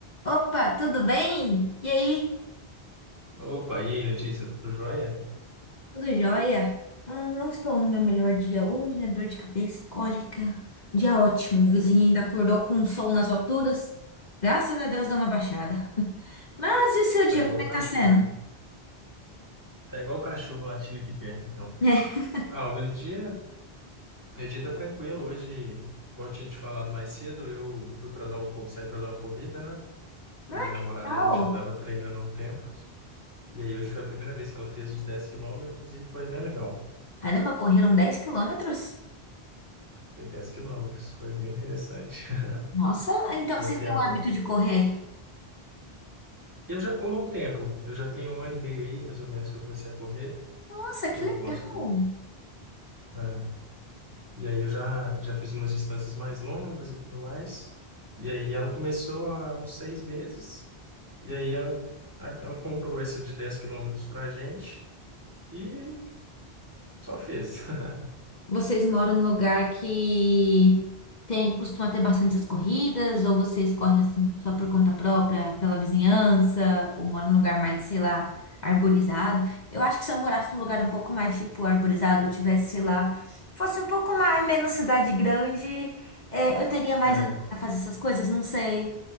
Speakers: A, on the left; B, on the right.
A: Opa, tudo bem? E aí?
B: Opa, e aí, Letícia, tudo jóia?
A: Tudo jóia? Ah, não estou no meu melhor dia hoje, né? Dor de cabeça, cólica. Dia ótimo. O vizinho ainda acordou com o sol nas alturas. Graças a Deus deu uma baixada. <laughs> Mas e o seu dia,
B: Tá igual
A: como
B: o
A: é que tá
B: cachorro.
A: sendo? <laughs>
B: Tá igual o cachorro latindo aqui perto, então.
A: É.
B: Ah, o meu dia, meu dia tá tranquilo. Hoje, como eu tinha te falado mais cedo, eu fui para dar um cor- saí para dar uma corrida, né? Eu
A: Ah,
B: e minha namorada,
A: que legal!
B: a gente já tava treinando há um tempo. E aí, hoje foi a primeira vez que ela fez os 10 quilômetros e foi bem legal.
A: Caramba, correram 10 quilômetros?
B: Foi 10 quilômetros, foi bem interessante, <laughs>
A: Nossa, então
B: desafiador.
A: vocês têm o hábito de correr?
B: Eu já corro há um tempo. Eu já tenho um ano e meio aí, mais ou menos, que eu comecei a correr.
A: Nossa, que
B: Eu
A: legal!
B: gosto. é, E aí eu já, já fiz umas distâncias mais longas e tudo mais. E aí ela começou há uns seis meses. E aí ela, a- ela comprou essa de 10 quilômetros pra gente e só fez. <laughs>
A: Vocês moram num lugar que tem, costuma ter bastante as corridas, ou vocês correm assim só por conta própria, pela vizinhança, ou moram num lugar mais, sei lá, arborizado? Eu acho que se eu morasse num lugar um pouco mais tipo arborizado, ou tivesse, sei lá, fosse um pouco mais menos cidade grande, é, eu teria mais
B: É,
A: ânimo pra fazer essas coisas, não sei.